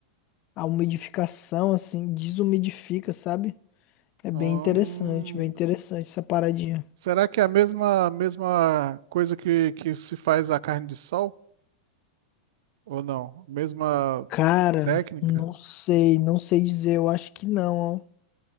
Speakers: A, on the left; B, on the right.
A: a umidificação, assim, desumidifica, sabe? É
B: Hum,
A: bem interessante, bem interessante essa paradinha.
B: será que é a mesma, mesma coisa que, que se faz a carne de sol? Ou não? Mesma
A: Cara,
B: técnica?
A: não sei, não sei dizer, eu acho que não, ó.